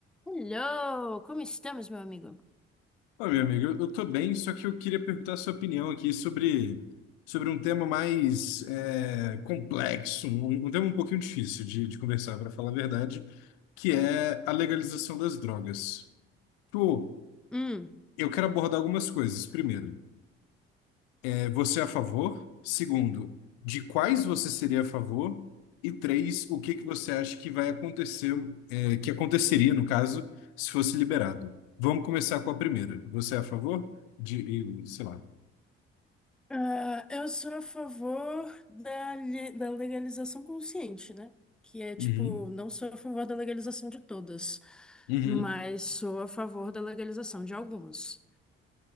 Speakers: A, in the centre; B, on the left.
A: Hello, como estamos, meu amigo?
B: Ô, meu amigo, eu eu tô bem, só que eu queria perguntar a sua opinião aqui sobre, sobre um tema mais é, complexo, um, um tema um pouquinho difícil de, de conversar, para falar a verdade, que é a legalização das drogas. Tipo,
A: Hum,
B: eu quero abordar algumas coisas. Primeiro, é, você é a favor? Segundo, de quais você seria a favor? E três, o que que você acha que vai acontecer, é, que aconteceria, no caso, se fosse liberado? Vamos começar com a primeira. Você é a favor? De, e, sei lá.
A: Ah, eu sou a favor da, le- da legalização consciente, né? Que é tipo,
B: Uhum,
A: não sou a favor da legalização de todas,
B: uhum,
A: mas sou a favor da legalização de algumas.